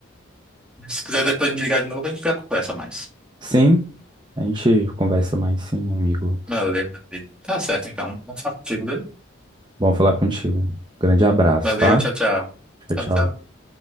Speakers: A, in the centre; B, on the right.
A: Se quiser depois me ligar de novo, a gente já conversa mais.
B: Sim, a gente conversa mais, sim, amigo.
A: Valeu. meu querido. Tá certo, então. Vamos falar contigo, viu?
B: Bom falar contigo. Grande abraço,
A: Valeu.
B: tá?
A: Tchau, tchau. Tchau,
B: Tchau, tchau.
A: tchau.